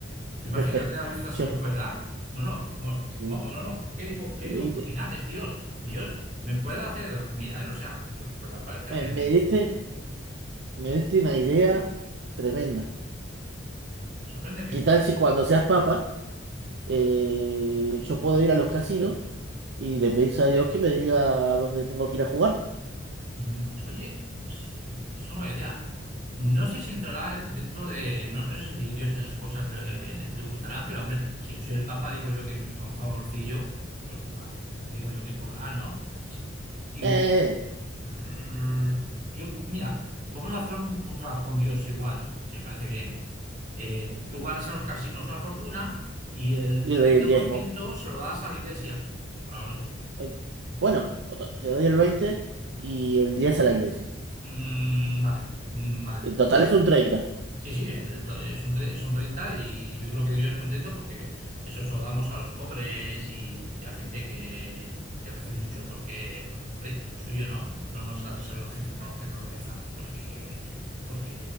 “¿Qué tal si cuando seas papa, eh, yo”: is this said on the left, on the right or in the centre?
Right